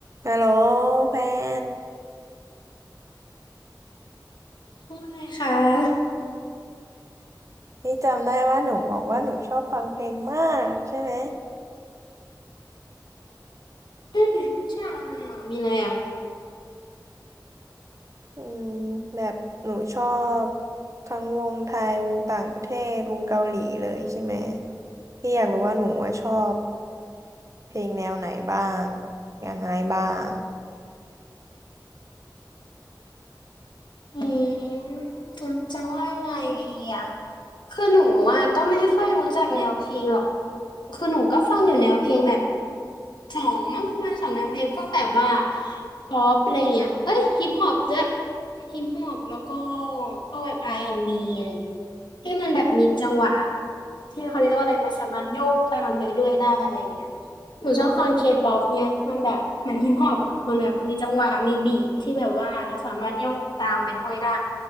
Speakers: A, on the right; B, on the left.
A: ฮัลโหลแฟน
B: ว่าไงคะ
A: นี่จำได้ว่าหนูบอกว่าหนูชอบฟังเพลงมากใช่ไหม
B: อืมใช่ออะไรมาเหรอะมีอะไรอ่ะ
A: อืมแบบหนูชอบทั้งวงไทย วงต่างประเทศ วงเกาหลีเลยใช่ไหม พี่อยากรู้ว่าหนูว่าชอบเพลงแนวไหนบ้างยังไงบ้าง
B: อืมจะว่ายไงดีอ่ะ คือหนูอ่ะก็ไม่ค่อยรู้จักแนวเพลงหรอก คือหนูก็ฟังอยู่แนวเพลงแบบ สองมั้งว่าสองแนวเพลงพวกแบบว่าป๊อปอะไรเงี้ยเอ้ยฮิปฮอปด้วยฮิปฮอปแล้วก็พวกแบบ R&B อนด์บีอะไรเงี้ยที่มันแบบมีจังหวะที่เขาเรียกว่าอะไรมันสามารถโยกตามไปด้วยได้อะไรเงี้ยหนูชอบฟังเคป๊อปเนี่ยมันแบบมันฮิปฮอปอ่ะมันแบบมีจังหวะมีบีทที่แบบว่าเราสามารถโยกตามไปด้วยได้